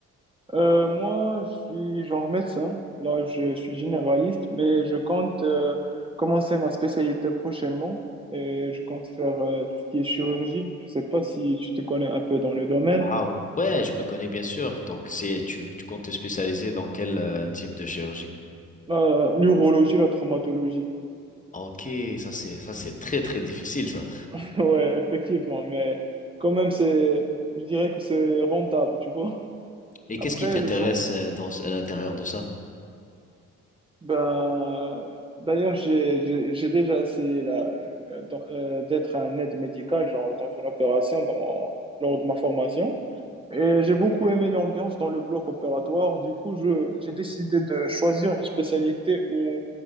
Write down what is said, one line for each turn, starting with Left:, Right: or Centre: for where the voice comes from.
Right: eh, euh, moi, je suis genre médecin. Là, je suis généraliste, mais je compte euh, commencer ma spécialité prochainement et je compte faire euh, tout ce qui est chirurgie. Je sais pas si tu te connais un peu dans le domaine.
Left: Ah ouais, je me connais bien sûr. Donc c'est, tu, tu comptes te spécialiser dans quel euh, type de chirurgie?
Right: La- L'urologie, la traumatologie.
Left: Ok, ça c'est, ça c'est très très difficile ça.
Right: <laughs> Ouais, effectivement, mais quand même, c'est, je dirais que c'est rentable, tu vois.
Left: Et
Right: Après,
Left: qu'est-ce qui t'intéresse
Right: le choix.
Left: euh, dans à l'intérieur de ça?
Right: Ben, d'ailleurs, j'ai j'ai- j'ai déjà essayé la- la- dans- euh, d'être un aide médical, genre dans une opération, dans mon- lors de ma formation. Et j'ai beaucoup aimé l'ambiance dans le bloc opératoire. Du coup, je, j'ai décidé de choisir une spécialité où